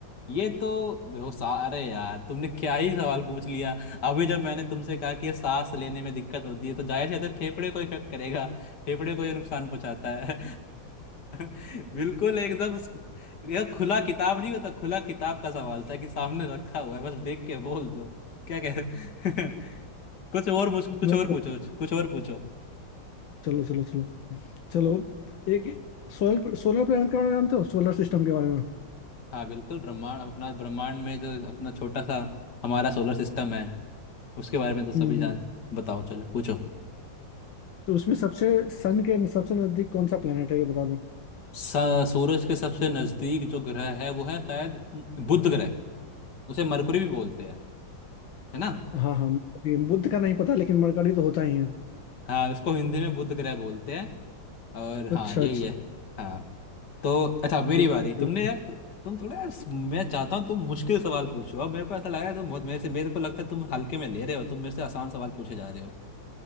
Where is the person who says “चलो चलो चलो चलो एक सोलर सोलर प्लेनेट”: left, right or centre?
Left